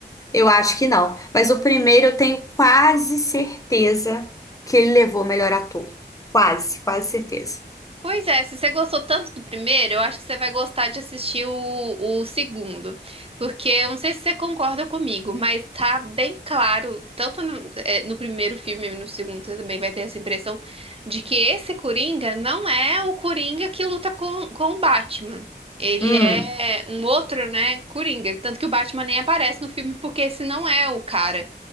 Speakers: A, on the left; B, on the right.
A: eu acho que não. Mas o primeiro eu tenho quase certeza que ele levou o melhor ator. Quase, quase certeza.
B: Pois é, se você gostou tanto do primeiro, eu acho que você vai gostar de assistir o, o segundo. Porque eu não sei se você concorda comigo, mas tá bem claro, tanto no, eh, no primeiro filme e no segundo, você também vai ter essa impressão de que esse Coringa não é o Coringa que luta com, com o Batman. Ele
A: Hum.
B: é um outro, né, Coringa. Tanto que o Batman nem aparece no filme, porque esse não é o cara,